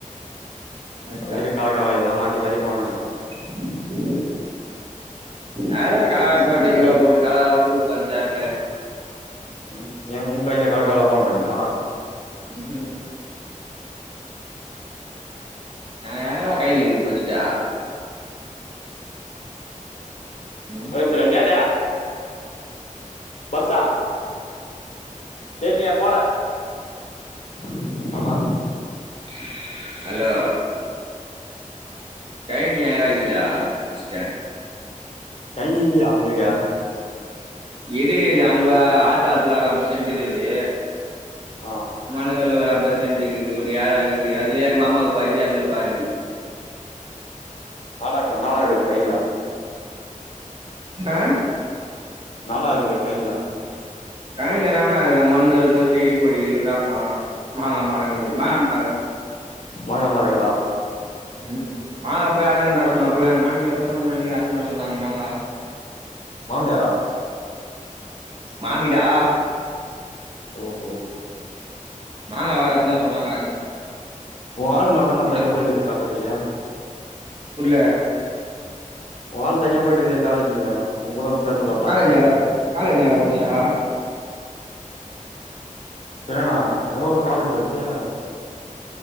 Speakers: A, on the right (about 40°); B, on the left (about 55°).
A: அதா
B: பயிறு கலகவா இதெல்லா மாத் இத்மாரியே போவ்வேண்டிதா
A: <inaudible> அ எங்க கலக்கா போட்டீங்கோ
B: நீ
A: ஒரு கலக்கா கூட ஊட்டுக்கு வந்துச் வர்ல
B: ம் ஏன் உங் கயின்ல காலக்காலா போட மாட்டீங்களா
A: ம் ஹூம் ஆஹ் எங்கடா கைய்னீ கீது ஃபர்ஸ்டே ம்
B: உனக்கு ரெண்டாவுதே பஸ்ஸா தெர்லியே போல அஹ் அஹா
A: <unintelligible> ஹலோ டைம் எங்கடாகிது ஃபஸ்ட்டு
B: தண்ணி இல்லியா உங்களுக்கு
A: எது இது அங்குவ ஆத் ஆத்துலா ஒரு அம்பத் சென்ட் இருக்குது
B: ஆ
A: மனகல்லு ஒரு அப் அம்பத் சென்டுக்குது ஒரு யாராகுது அதுலயே எங் மாமாவுக்கு பாதி எங்களுக் பாதி
B: நாளாக நாலாயிருது கய்ன்லா
A: நா
B: நாலாயிருக்கா கயின்ல
A: கயின்லா என்னானருக்கு மண்ணு இருக்கு செடி கொடி இருக் வேப்மாரொ மாங்கா மரொங்கீது மாங்கா மர
B: மாங்காமரொ இகுதா
A: ம் மாங்கா போய் அறக்கன்டா சொன்னாப்புல எங்க மாமியார் போன் பண்ணி அறுத்னு வர சொன்னாங்க மாங்கா
B: மாமியாரா
A: மாமிடா
B: ஓகோ
A: மாங்க வேற அற்த்னு வர சொன்னாங்க
B: உன் ஆள் மட்டுந்தா
A: அதா
B: தனியா போயிட்டுக்குது காலேஜுக்கு
A: புர்ல
B: உ ஆள் தனியா போயிட்டுக்குதே காலேஜுக்கு உன் கூட வந்து சேருன்னு பாத்தா
A: காலேஜ் எங்கடா காலேஜ் எங்கடா போச்சா
B: பினனா ஏதோ ஒரு காலேஜ் சொல்ச்சே